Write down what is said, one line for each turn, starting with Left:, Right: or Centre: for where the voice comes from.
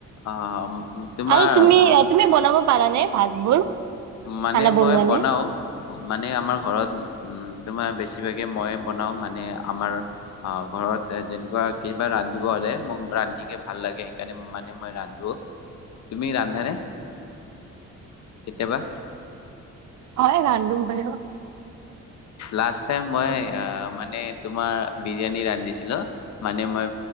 Left: অ, তোমাৰ
Right: আৰু তুমি
Left: ঘৰ
Right: তুমি বনাব পাৰানে ভাতবোৰ?
Left: মানে
Right: খানা বনোৱা
Left: মই বনাও,
Right: নে
Left: মানে আমাৰ ঘৰত উম। তোমাৰ বেছিভাগে মই বনাও মানে আমাৰ, অ ঘৰত যেনেকুৱা কিবা ৰান্ধিব হ'লে মোক ৰান্ধিকে ভাল লাগে সেইকাৰণে মানে মই ৰান্ধো, তুমি ৰান্ধানে কেতিয়াবা?
Right: অ ৰান্ধো ভ
Left: লাষ্ট টাইম মই, আহ মানে তোমাৰ বিৰিয়ানী ৰান্ধিছিলো মানে মই